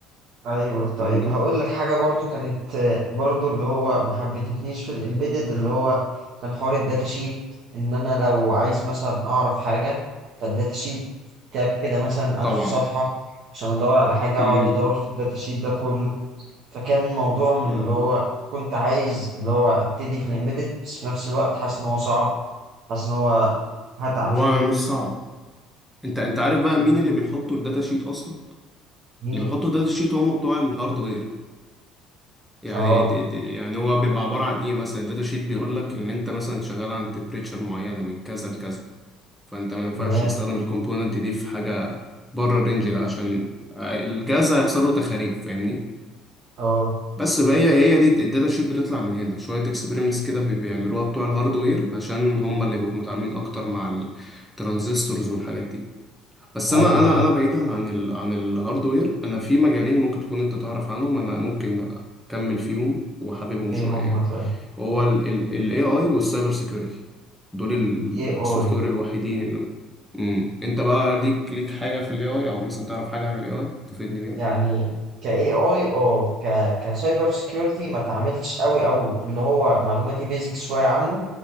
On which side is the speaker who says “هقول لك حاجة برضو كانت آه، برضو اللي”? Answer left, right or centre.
Right